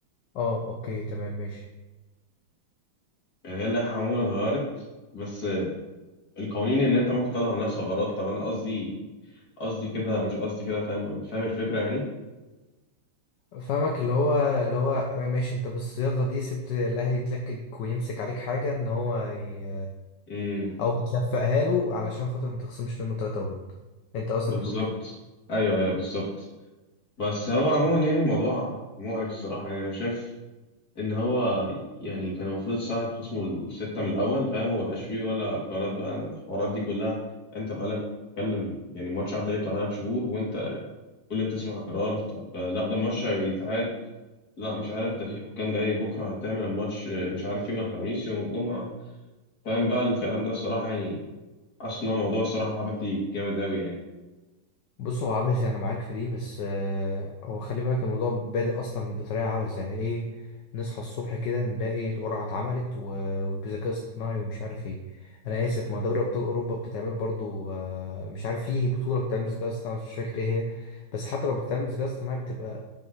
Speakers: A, on the left; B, on the left.
A: اه اوكي تمام ماشي
B: يعني هي اللائحة عموما اتغيرت بس القوانين إن أنت ممكن تطلع منها ثغرات طب أنا قصدي قصدي كده مش قصدي كده فاهم فاهم الفكرة يعني؟
A: فاهمك اللي هو اللي هو ماشي انت بالصياغة دي سبت الاهلي يتلكك ويمسك عليك حاجة ان هو ي...
B: امم
A: او بتلفقها له علشان خاطر ما تخصمش منه 3 بوند انت قصدك
B: بالظبط
A: تقول كده
B: ايوه ايوه بالظبط بس هو عموما يعني الموضوع مقرف الصراحه يعني شايف ان هو يعني كان المفروض الساعه تخصمه السته من الاول فاهم وما يبقاش فيه ولا قرارات بقى الحوارات دي كلها انت بقالك تتكلم يعني ماتش عدى ليه بتاع ثلاث شهور وانت كل يوم تسمع قرار طب لا ده ماتش هيتعاد لا مش عارف ده في حكام جاي بكره هتعمل الماتش مش عارف يوم الخميس يوم الجمعه فاهم بقى الكلام ده الصراحه يعني اصلا موضوع الصراحه عبثي جامد قوي يعني
A: بص هو عبثي انا معاك في دي بس آه، هو خلي بالك الموضوع بادئ اصلا بطريقه عبث يعني ايه نصحى الصبح كده نلاقي القرعه اتعملت و- وبذكاء اصطناعي ومش عارف ايه انا اسف ما دوري ابطال اوروبا بتتعمل برضو آه، مش عارف فيه بطوله بتتعمل بذكاء اصطناعي مش فاكر ايه هي بس حتى لو بتتعمل بذكاء اصطناعي بتبقى